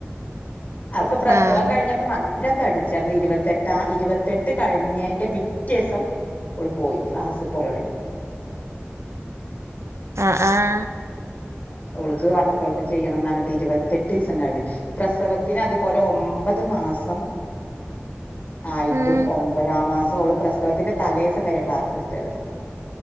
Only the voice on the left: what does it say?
അപ്പം പ്രസവം
കഴിഞ്ഞപ്പം നല്ല ല്ലാം തടിച്ചേർന്ന് ഇരുപത്തെട്ട് ആ ഇരുപത്തെട്ട് കഴിഞ്ഞേന്റെ പിറ്റേസം ഓള് പോയി ക്ലാസ് പോലൊട ങ്ങി.
<inaudible> ഓൾക്ക് വർക്കഔട്ട് ചെയ്യണംന് പറഞ്ഞിട്ട് ഇരുപത്തെട്ട് ദിവസം കഴിഞ്ഞ്. പ്രസവത്തിന് അതുപോലെ ഒമ്പത് മാസ മസം ആയിട്ടും.
ഒമ്പതാം മാസ ഒള് പ്രസവത്തിന്റെ തലേസം വരെ ഓള് ക്ലാസ് എടുത്തായിരുന്നു.